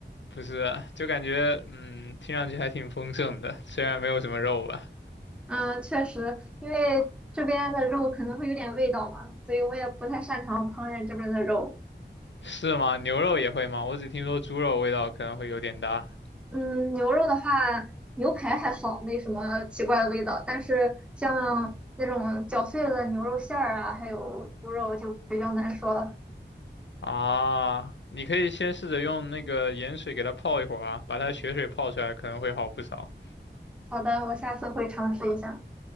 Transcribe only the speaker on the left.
不是，就感觉嗯，听上去还挺丰盛的，虽然没有什么肉吧。
是吗？牛肉也会吗？我只听说猪肉味道可能会有点大。
啊，你可以先试着用那个盐水给它泡一会儿啊，把它血水泡出来可能会好不少。